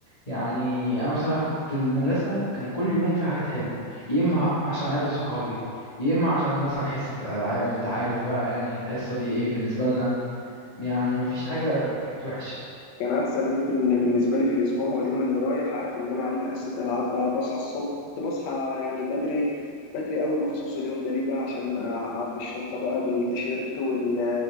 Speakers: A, on the left (about 35°); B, on the left (about 60°).
A: يعني انا بصراحه كنت المدرسه كان كل يوم في حاجات حلوه يا اما عشان اقابل صحابي يا اما عشان مثلا حصه الالعاب وانت عارف بقى يعني الحصه دي ايه بالنسبه لنا يعني مفيش حاجه كانت وحشه
B: كان احسن يوم في إن- بالنسبه لي في الاسبوع هو اليوم اللي رايح عارف ان انا عندي حصه العاب بقى بصحى الصبح كنت بصحى يعني بدري بدري قوي مخصوص اليوم ده ليه بقى عشان اعبي الشنطه بقى بالتيشيرت وال...